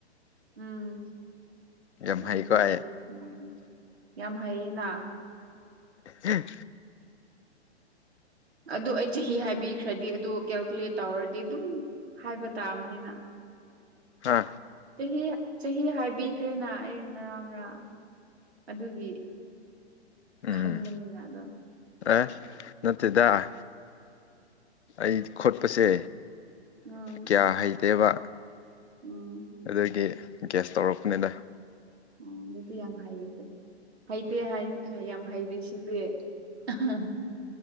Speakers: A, on the right (about 65°); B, on the left (about 80°).
A: ꯎꯝ
B: ꯌꯥꯝ
A: ꯅꯥꯏꯟꯇꯤ
B: ꯍꯩꯀꯣ ꯑꯩ
A: ꯐꯥꯏꯚ ꯍꯟ꯭ꯔꯦ ꯌꯥꯝ ꯍꯥꯏꯌꯦꯅ
B: ꯎꯝ
A: ꯑꯗꯨ ꯑꯩ ꯆꯍꯤ ꯍꯥꯏꯕꯤꯈ꯭ꯔꯗꯤ ꯑꯗꯨ ꯀꯦꯜꯀꯨꯂꯦꯠ ꯇꯧꯔꯗꯤ ꯑꯗꯨꯝ ꯍꯥꯏꯕ ꯇꯥꯕꯅꯤꯅ
B: ꯍꯥꯥ
A: ꯆꯍꯤ ꯆꯍꯤ ꯍꯥꯏꯕꯤꯈ꯭ꯔꯦꯅ ꯑꯩ ꯉꯔꯥꯡ ꯉꯔꯥꯡ ꯑꯗꯨꯒꯤ
B: ꯎꯝ
A: ꯈꯪꯕꯅꯤꯅ ꯑꯗꯣ
B: ꯑꯦ ꯅꯠꯇꯦꯗ ꯑꯩ ꯈꯣꯠꯄꯁꯦ
A: ꯎꯝ
B: ꯀꯌꯥ ꯍꯩꯇꯦꯕ
A: ꯎꯝ
B: ꯑꯗꯨꯒꯤ ꯒ꯭ꯌꯥꯁ ꯇꯧꯔꯛꯄꯅꯤꯗ
A: ꯑꯣ ꯑꯗꯨꯗꯤ ꯌꯥꯝ ꯍꯩꯌꯦ ꯍꯩꯇꯦ ꯍꯥꯏꯅꯣꯅꯦ ꯌꯥꯝ ꯍꯩꯔꯤ ꯁꯤꯗꯤꯦ <unintelligible>